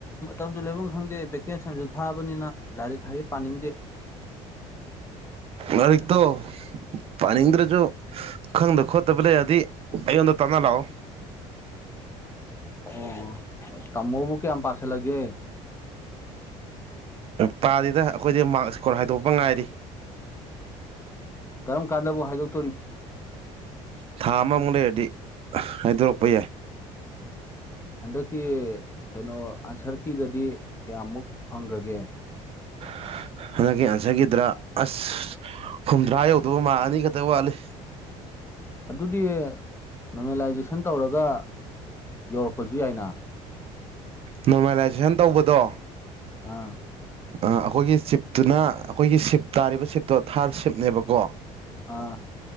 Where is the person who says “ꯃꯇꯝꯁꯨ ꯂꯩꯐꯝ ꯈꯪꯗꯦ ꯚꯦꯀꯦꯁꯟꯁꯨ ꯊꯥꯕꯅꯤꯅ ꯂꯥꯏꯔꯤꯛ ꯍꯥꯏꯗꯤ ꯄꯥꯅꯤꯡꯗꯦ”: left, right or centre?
Left